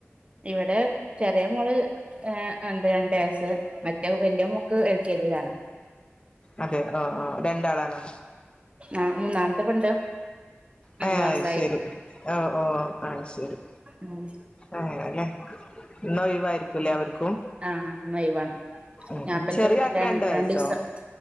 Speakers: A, on the right; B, on the left.
A: ഇവിടെ ചെറിയ മോള് എന്താ രണ്ട് വയസ്സ് മറ്റേ വലിയ മോക്ക് ക്കെതിരാണ്
B: അതെ ആ ആ രണ്ടാളാണോ
A: ആ മൂന്നാമത്തെ പെണ്ണ് അഞ്ചു
B: ഹേ
A: മാസായി
B: അത് ശരി ഓ ഓ ആഹ ശരി
A: ഉം
B: അങ്ങന്യാണ് ലെ ഇന്ന് ഒഴിവായിരിക്കും ല്ലേ അവർക്കും
A: ആഹ് ഇന്നൊയിവാണ്
B: ഉം
A: ഞാപ്പം
B: ഉം
A: ന്റെ
B: ചെറിയ
A: വീട്ടിലാണ്
B: ആക്ക്
A: ഇപ്പ
B: വയസ്സോ
A: രണ്ട് ദിവസം